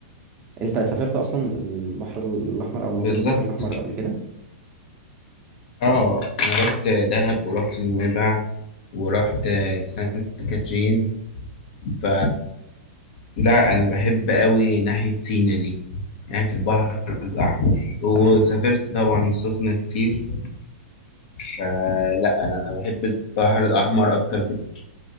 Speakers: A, on the right (about 25°); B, on the left (about 45°).
A: انت سافرت اصلا البحر الاحمر او مدن
B: بالظبط
A: البحر الاحمر قبل كده
B: اه انا رحت دهب ورحت نويبع ورحت سانت كاترين ف لا انا بحب قوي ناحيه سينا دي ناحيه البحر الاحمر وسافرت
A: أح-
B: طبعا السخنه كتير فلا انا بحب البحر الاحمر اكتر بك-